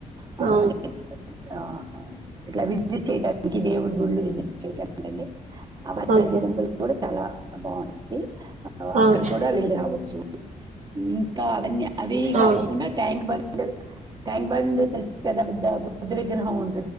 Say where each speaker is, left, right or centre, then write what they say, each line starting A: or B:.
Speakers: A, on the right; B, on the right.
A: <unintelligible>
B: ఆ
A: ఇట్లా విజిట్ చేయడాానికి దేవుడి గుళ్ళు విజిట్ చేయడానికి అండి ఆ బాలరాజీ
B: ఓకే
A: టెంపుల్ కూడా చాలా బాగుంటంది ఆ అక్కడ
B: ఓకే
A: కూడా వీళ్ళు రావచ్చు ఇంకా అవన్నీ అవి కాకుండ
B: అవును.
A: ట్యాంక్ బండు <unintelligible> కదా బుద్ధ విగ్రహం ఉం